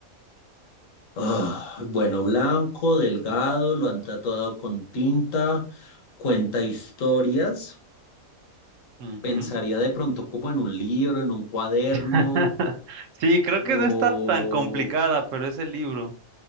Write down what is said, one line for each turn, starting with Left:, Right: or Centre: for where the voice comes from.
Left: Ah, bueno, blanco, delgado, lo han tatuado con tinta, cuenta historias,
Right: Ujú.
Left: pensaría de pronto como en un libro, en un cuaderno,
Right: <laughs> Sí, creo
Left: o...
Right: que no está tan complicada, pero es el libro.